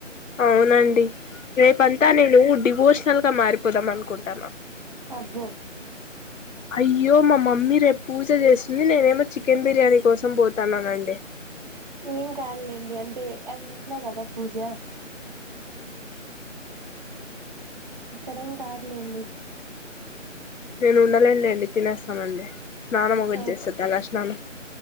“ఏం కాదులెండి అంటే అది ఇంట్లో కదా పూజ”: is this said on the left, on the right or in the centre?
Right